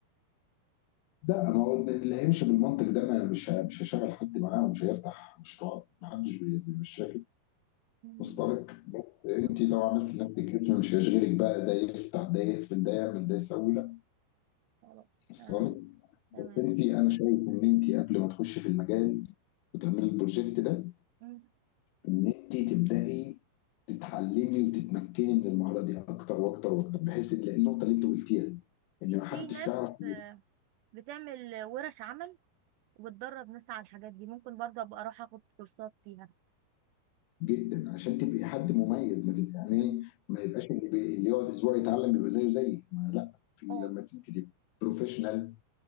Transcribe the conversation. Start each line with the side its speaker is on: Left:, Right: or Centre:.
Left: لأ ما هو اللي هيمشي بالمنطق ده ما مش ه مش هيشغّل حد معاه ومش هيفتح مشروع، ما حدش بي بيمشّيها كده،
Right: مم.
Left: مصدرِك بس أنتِ
Right: أصلاً.
Left: لو عملتِ لنفسِك اسم مش هيشغلِك بقى ده يفتح ده يقفل ده يعمل ده يسوي، لأ
Right: خلاص
Left: واصلة
Right: تمام
Left: لِك؟
Right: تمام
Left: بس أنتِ أنا شايف إن أنتِ قبل ما تخشي في المجال وتعملي الproject ده
Right: مم.
Left: ان انت تبداي تتعلمي وتتمكني من المهاره دي اكتر واكتر واكتر بحيث ان النقطه اللي انت قلتيها ان ما حدش
Right: في ناس
Left: يعرف يروح
Right: بتعمل ورش عمل وبتدرب ناس على الحاجات دي ممكن برضه ابقى اروح اخد كورسات فيها
Left: جدا عشان تبقي حد مميز ما تبقي يعني
Right: مم.
Left: إيه، ما يبقاش اللي بي- اللي يقعد اسبوع يتعلم يبقى زيه زيك ما لا في
Right: اه
Left: لما انت تبقي بروفيشنال